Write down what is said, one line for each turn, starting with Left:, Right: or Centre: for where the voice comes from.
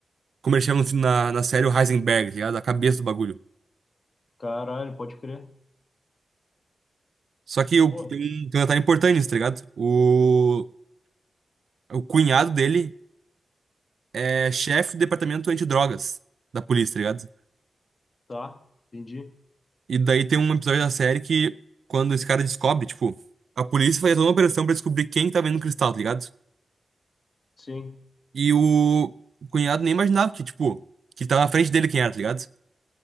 Right: como eles chamam no filme- na, na série, o Heisenberg, tá ligado? A cabeça do bagulho.
Left: Caralho, pode crer.
Right: Só que o,
Left: Pô,
Right: tem, um- tem um detalhe importante nisso, tá ligado? O, o cunhado dele é chefe do departamento antidrogas da polícia, tá ligado?
Left: tá. Entendi.
Right: E daí tem um episódio da série que, quando esse cara descobre, tipo, a polícia faz toda uma operação pra descobrir quem tá vendo o cristal, tá ligado?
Left: Sim.
Right: E o cunhado nem imaginava que, tipo, que tava na frente dele quem era, tá ligado?